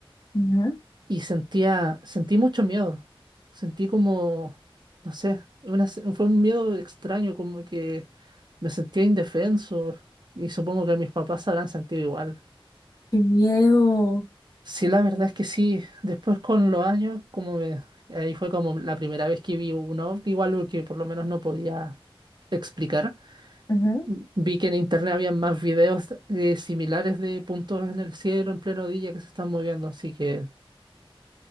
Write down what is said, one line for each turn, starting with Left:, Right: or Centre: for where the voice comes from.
Left: ujú,
Right: y sentía, sentí mucho miedo. Sentí como, no sé, una se- fue un miedo extraño, como que me sentía indefenso y supongo que mis papás se habrán sentido igual.
Left: Qué miedo.
Right: Sí, la verdad es que sí. Después con los años, como me- ahí fue como la primera vez que vi un ovni, o algo que por lo menos no podía explicar.
Left: ujú.
Right: M- Vi que en internet había más videos eh, similares de puntos en el cielo en pleno día que se están moviendo, así que